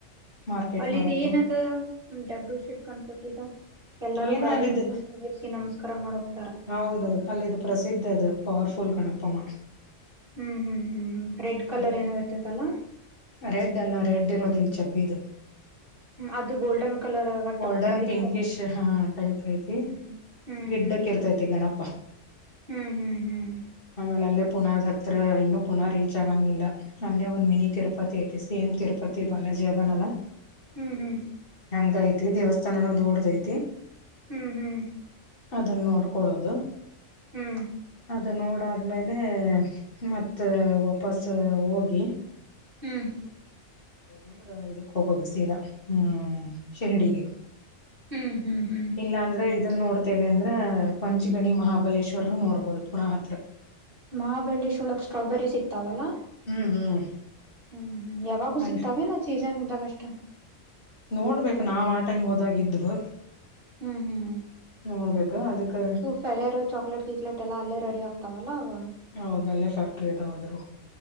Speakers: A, on the left; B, on the right.
A: ಮಾರ್ಕೆಟ್
B: ಹಳ್ಳಿದೇನದ?
A: ಮಾಡಕು
B: ಡಗಡ ಶೆಟ್ ಗಣ್ಪತಿದ ಎಲ್ಲಾರೂ
A: ಏನ
B: ಗಾಡಿನಿಂದ
A: ಅಲ್ಲಿದ್ದು
B: ಸೇರಿಸಿ ನಮಸ್ಕಾರ ಮಾಡೋಕ್
A: ಹೌದೌದು ಅಲ್ಲಿದು ಪ್ರಸಿದ್ಧ್ ಅದು ಪವರ್ಫುಲ್ ಗಣಪಮ್ಮ.
B: ಹ್ಮ್ ಹ್ಮ್ ಹ್ಮ್ ರೆಡ್ ಕಲರ್
A: ಅದ
B: ಏನೋ ಇರ್ತೈತಲ್ಲಾ.
A: ರೆಡ್ ಅಲ್ಲ ರೆಡ್ ಇರೋದಿಲ್ ಚಬ್ಬೀದು.
B: ಅದು ಗೋಲ್ಡನ್ ಕಲರ್ ಒಟ್
A: ಗೋಲ್ಡನ್
B: ವೈಟ್
A: ಪಿಂಕಿಶ್
B: ಕಲರ್
A: ಹಾ ಟೖಪ್ ಐತಿ.
B: ಹ್ಮ್ ಹ್ಮ್
A: ಗಿಡ್ಡಕ್ಕ ಇರ್ತೈತಿ ಗಣಪ.
B: ಹ್ಮ್ ಹ್ಮ್ ಹ್ಮ್
A: ಆಮೇಲೆ ಅಲ್ಲೇ ಪುನಾದತ್ರ ಇನ್ನೂ ಪುನಾ ರೀಚ್ ಆಗಂಗಿಲ್ಲ ಅಲ್ಲೇ ಒಂದ್ ಮಿನಿ ತಿರುಪತಿ ಐತಿ. ಸೇಮ್ ತಿರುಪತಿ ಬಾಲಾಜಿ ಅದನಲ್ಲ.
B: ಹ್ಮ್ ಹ್ಮ್
A: ಹಂಗ್ ಐತಿ ದೇವಸ್ಥಾನೂ ದೋಡ್ದ ಐತಿ.
B: ಹ್ಮ್ ಹ್ಮ್
A: ಅದನ್ನ್ ನೋಡ್ಕೊಳ್ಳೋದು.
B: ಹ್ಮ್
A: ಅದು ನೋಡಾದ್ಮೇಲೆ ಮತ್ತ ವಾಪಸು ಹೋಗಿ
B: ಹ್ಮ್
A: ಅಂದ್ರ ಇದಕ್ ಹೋಗೋದು ಸೀದಾ ಹ್ಮ್ ಶಿರ್ಡಿಗೆ.
B: ಹ್ಮ್ ಹ್ಮ್ ಹ್ಮ್
A: ಇಲ್ಲಾಂದ್ರೆ ಇದನ್ನ್ ನೋಡ್ತೀವಿ ಅಂದ್ರೆ ಪಂಚ್ಗಣಿ ಮಹಾಬಲೇಶ್ವರನೂ ನೋಡ್ಬೋದು ಪುಣಾ ಹತ್ರ.
B: ಮಹಾಬಳ್ಳಿ ಶೋಳಕ್ ಸ್ಟ್ರಾಬೆರಿ ಸಿಗ್ತಾವಲ್ಲಾ.
A: ಹ್ಮ್ ಹ್ಮ್
B: ಹ್ಮ್ ಹ್ಮ್ ಯಾವಾಗೂ
A: ಅಲ್ಲಿ
B: ಸಿಕ್ತಾವೇನು ಸೀಜನ್ ಇದ್ದಾಗಷ್ಟ?
A: ನೋಡ್ಬೇಕು ನಾವ್ ಆ ಟೈಮ್ ಹೋದಾಗ ಇದ್ವು.
B: ಹ್ಮ್ ಹ್ಮ್
A: ನೋಡ್ಬೇಕು ಅದಕ್ಕೆ
B: ಪೆಲೆರೋ ಚಾಕ್ಲೇಟ್ ಗೀಕ್ಲೆಟ್ ಎಲ್ಲ ಅಲ್ಲೇ ರೆಡಿ ಆಗ್ತಾವಲ್ಲ ಅವು.
A: ಹೌದ ಅಲ್ಲೇ ಫ್ಯಾಕ್ಟ್ರಿ ಇದವ್ ಅದ್ರವ್.